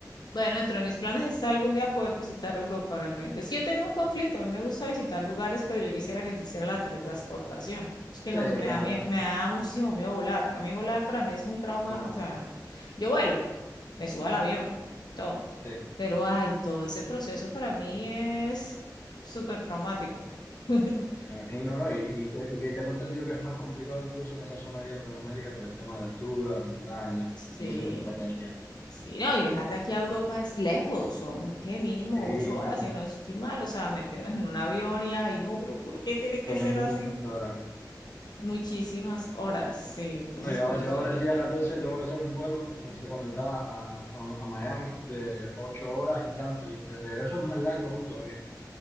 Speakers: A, on the left (about 75°); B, on the left (about 35°).
A: Bueno, dentro de mis planes está algún día poder visitar Europa realmente. Es que yo tengo un conflicto, a mí me gusta visitar lugares, pero yo quisiera que se hiciera la teletransportación. Es que
B: Sí,
A: no me
B: claro.
A: da, mie- me da muchísimo miedo volar. A mí volar para mí es un trauma,
B: Oh,
A: o sea, yo vuelo, me subo al avión, todo.
B: sí,
A: Pero ay, todo ese proceso para mí es súper traumático. <laughs>
B: me imagino, ¿no? Y, y que, y que tengo entendido que es más complicado incluso en esa zona de Latinoamérica por el tema de la altura, las montañas,
A: Sí,
B: hay mucha turbulencia.
A: sí, no, y viajar de aquí a Europa es lejos, son que mínimo
B: Sí,
A: ocho horas, si no estoy mal, o sea, meternos en un avión y ay, no, pero ¿por qué tiene que
B: son
A: ser
B: muchas
A: así?
B: horas.
A: Muchísimas horas, sí, entonces
B: Bueno,
A: por
B: yo,
A: eso,
B: yo ahora el día 14 tengo que hacer un vuelo, como te comentaba, a, a- a Miami de 8 horas y tanto, y el de regreso es más largo aún todavía.